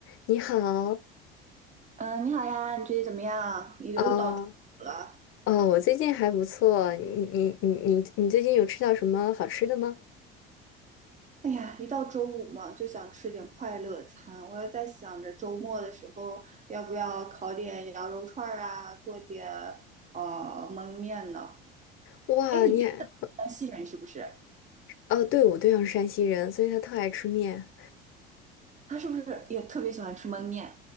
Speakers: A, on the left (about 45°); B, on the right (about 25°).
A: 你好，
B: 嗯，你好呀，你最近怎么样？又又到周五了，
A: 啊，哦，我最近还不错。你你你你你最近有吃到什么好吃的吗？
B: 哎呀，一到周五嘛，就想吃点快乐餐。我要在想着周末的时候，要不要烤点羊肉串儿啊，做点呃焖面呢？
A: 哇，
B: 哎，你对
A: 你也
B: 山西人是不是？
A: 哦，对，我对象是山西人，所以他特爱吃面。
B: 他是不是也特别喜欢吃焖面？